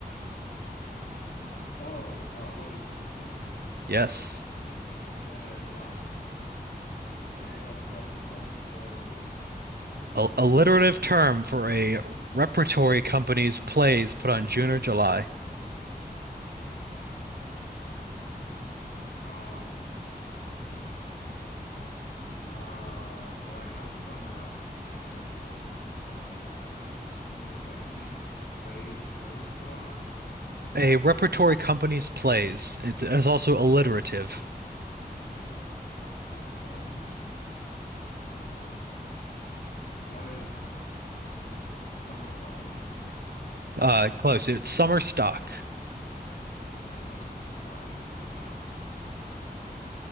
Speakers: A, on the left (about 65°); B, on the right (about 80°).
A: Oh, uh, what is Winter Soldier?
B: Yes.
A: Okay, <laughs> yeah, I knew that one. <laughs> Okay, let's uh keep going for 1600.
B: A alliterative term for a repertory company's plays put on June or July.
A: Um. Uh, well, I know Summer has to be in it, but uh, and it's like a name for plays and shows put on in June
B: A
A: or
B: repertory
A: July.
B: company's plays. It's, it's also alliterative.
A: Okay. Um, what is summer showings? I don't know.
B: Uh, close. It's summer stock.
A: Okay. And let's why that's 2000. Why not?